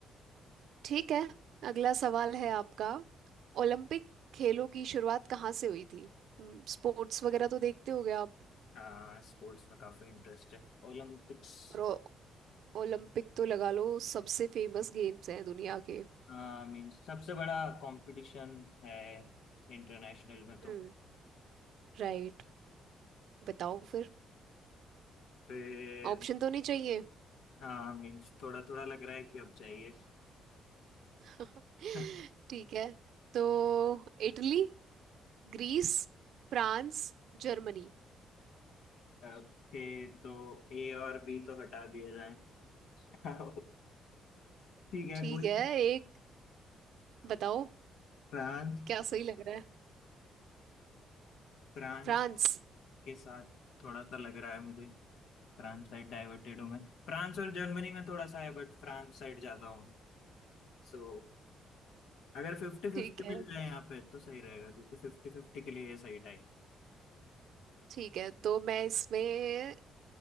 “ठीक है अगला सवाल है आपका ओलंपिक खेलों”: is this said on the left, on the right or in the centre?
Right